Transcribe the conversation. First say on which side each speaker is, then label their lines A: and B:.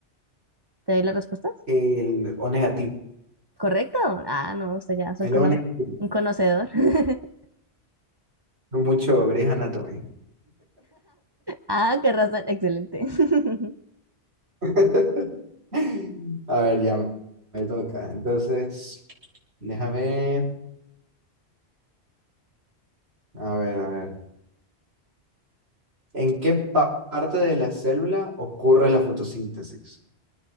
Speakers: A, on the right; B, on the right.
A: ¿Te doy las respuestas?
B: El O negativo,
A: ¿Correcto? Ah, no, usted ya es un,
B: el
A: conoce-
B: O negativo.
A: un conocedor. <laughs>
B: Mucho Grey's Anatomy.
A: Ah, qué razón, excelente. <laughs>
B: <laughs> A ver, ya me toca. Entonces, déjame, a ver, a ver. ¿En qué pa- parte de la célula ocurre la fotosíntesis?